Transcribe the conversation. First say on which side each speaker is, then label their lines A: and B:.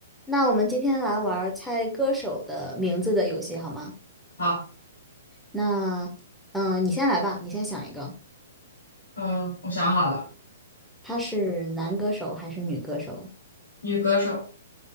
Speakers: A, in the centre; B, on the left (about 65°).
A: 那我们今天来玩儿猜歌手的名字的游戏好吗？
B: 好，
A: 那，嗯、你先来吧，你先想一个，
B: 嗯，我想好了，
A: 他是男歌手还是女歌手？
B: 女歌手，